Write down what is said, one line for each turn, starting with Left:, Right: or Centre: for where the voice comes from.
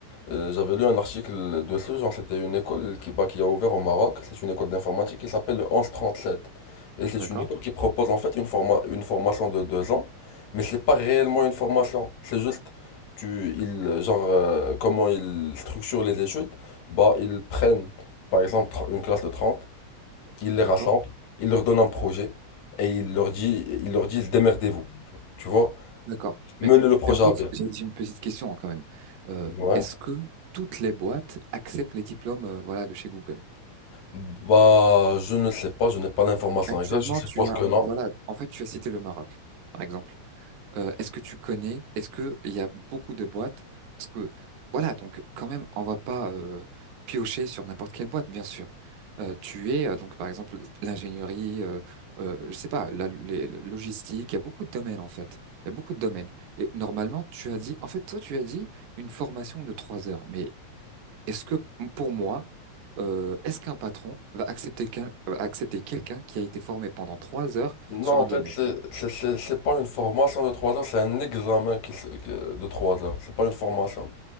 Left: Euh, j'avais lu un article dessus, genre c'était une école qui, bah, qui a ouvert au Maroc. C'est une école d'informatique qui s'appelle le sept Et c'est
Right: D'accord.
Left: une école qui propose en fait une forma- une formation de deux ans, mais c'est pas réellement une formation. C'est juste tu ils genre euh, comment ils structurent les études. Bah ils prennent par exemple tr- une classe de trente ils les
Right: D'accord.
Left: rassemblent, ils leur donnent un projet et ils leur dit ils leur disent démerdez-vous. Tu vois?
Right: D'accord.
Left: Menez
Right: Mais,
Left: le projet
Right: mais en fait,
Left: à bien.
Right: j'ai j'ai une petite question hein, quand même. Euh,
Left: Ouais.
Right: est-ce que toutes les boîtes acceptent les diplômes, euh, voilà, de chez Google?
Left: Bah, je ne sais pas, je n'ai pas l'information
Right: Actuellement,
Left: exacte, je suppose
Right: tu as,
Left: que non.
Right: voilà, en fait, tu as cité le Maroc, par exemple. Euh, est-ce que tu connais, est-ce que il y a beaucoup de boîtes? Parce que, voilà, donc quand même, on va pas euh, piocher sur n'importe quelle boîte, bien sûr. Euh, tu es euh, donc, par exemple, l'ingénierie, euh, euh, je sais pas, la, les la logistique. Il y a beaucoup de domaines en fait. Il y a beaucoup de domaines. Et normalement, tu as dit, en fait, toi, tu as dit une formation de trois heures. Mais est-ce que pour moi, euh, est-ce qu'un patron va accepter qu'un- va accepter quelqu'un qui a été formé pendant trois heures
Left: Non,
Right: sur
Left: en
Right: un domaine?
Left: fait, c'est c'est- c'est- c'est pas une formation de 3 heures, c'est un examen qui, se- que- de 3 heures. C'est pas une formation.